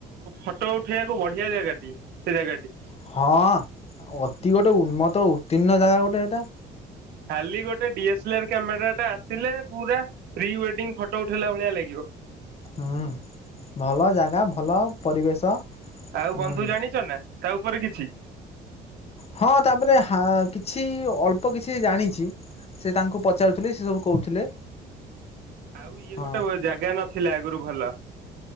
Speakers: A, on the right; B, on the left.
A: ଫଟୋ ଉଠେଇଆକୁ ବଢିଆ ଜାଗା ଟି ସେ ଜାଗାଟି।
B: ହଁ ଅତି ଗୋଟେ ଉନ୍ନତ ଉତ୍ତୀର୍ଣ୍ଣ ଜାଗା ଗୋଟେ ସେଟା।
A: ଖାଲି ଗୋଟେ ଡି ଏସ୍ଲର କ୍ୟାମେରା ଟା ଆସିଲେ ପୁରା ପ୍ରି ୱେଡିଂ ଫଟୋ ଉଠେଇଲା ଭଳିଆ ଲାଗିବ।
B: ହୁଁ ଭଲ ଜାଗା ଭଲ ପରିବେଶ।
A: ଆଉ
B: ହୁଁ
A: ବନ୍ଧୁ ଜାଣିଚ ନା ତା ଉପରେ କିଛି?
B: ହଁ ତାପରେ ହା କିଛି ଅଳ୍ପ କିଛି ଜାଣିଚି। ସେ ତାଙ୍କୁ ପଚାରୁଥିଲି ସେ ସବୁ କହୁଥିଲେ।
A: ଆଉ ଇଏ
B: ହଁ
A: ଗୋଟେ ଜାଗା ନଥିଲା ଆଗରୁ ଭଲ।